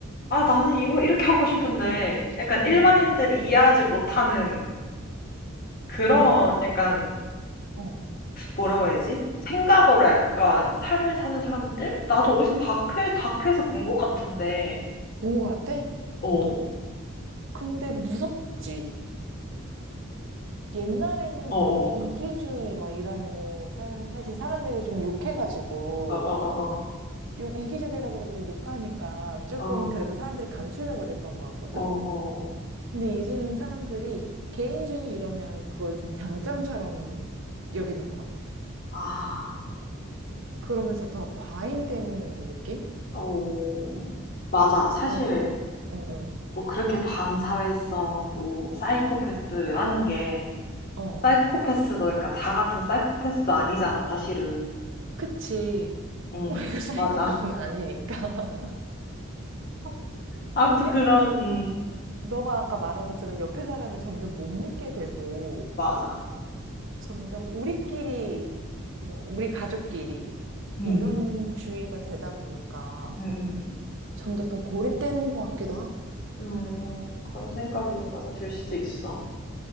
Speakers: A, on the left (about 45°); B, on the right (about 60°).
A: 아, 나는 이거 이렇게 하고 싶은데,
B: <laughs>
A: 약간 일반인들이 이해하지 못하는 그런
B: 그러니까.
A: 약간,
B: 어.
A: 뭐라고 해야지? 생각으로 약간 삶을 사는 사람들? 나도 어디서 다큐, 다큐에서 본 것 같은데,
B: 본 것 같아?
A: 어, 어,
B: 근데 무섭지. 옛날에는
A: 어,
B: 막 이기주의 막 이러면은 사, 사실 사람들이 좀 욕해가지고
A: 어, 어, 어,
B: 욕, 이기적이라 그러면 욕하니까 조금
A: 어, 어,
B: 그래도 사람들이 감추려고 그랬던 것 같거든?
A: 어, 어, 어.
B: 근데 이제는 사람들이 개인주의 이러면 그걸 좀 장점처럼 여기는 것 같아.
A: 아,
B: 그러면서 더 과잉되는 느낌?
A: 어, 맞아. 사실,
B: 또, 어,
A: 뭐 그렇게 반사회성, 뭐, 사이코패스라는 게,
B: 어, 어.
A: 사이코패스도, 그러니까 다 같은 사이코패스도 아니잖아, 사실은.
B: 그치.
A: 음,
B: 우리가 사이코패스는
A: 맞아.
B: 아니니까. <laughs>
A: 아무튼
B: 근데
A: 그런, 음,
B: 너가 아까 말한 것처럼 옆에 사람을 점점 못 믿게 되고,
A: 맞아.
B: 점점 우리끼리, 뭐, 우리 가족끼리,
A: 음,
B: 이런 주의가 되다 보니까
A: 음, 음.
B: 점점 더 고립되는 것 같기도 하고.
A: 음, 그런 생각이 맞아 들 수도 있어.